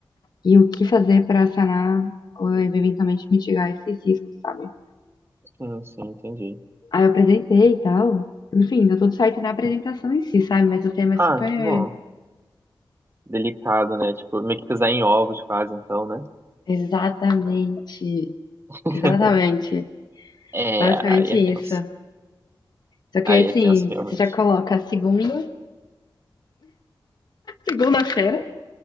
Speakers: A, on the left; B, on the right.
A: E o que fazer para sanar ou eventualmente mitigar esses riscos, sabe?
B: sim, sim, entendi.
A: Aí eu apresentei e tal. Enfim, deu tudo certo na apresentação em si, sabe? Mas o tema é super.
B: Ah, que bom. Delicado, né? Tipo, meio que pisar em ovos quase, então, né?
A: Exatamente.
B: <laughs>
A: Exatamente.
B: É,
A: Basicamente
B: aí é tenso.
A: isso. Só que
B: Aí
A: aí, assim,
B: é tenso, realmente.
A: você já coloca segunda, segunda-feira.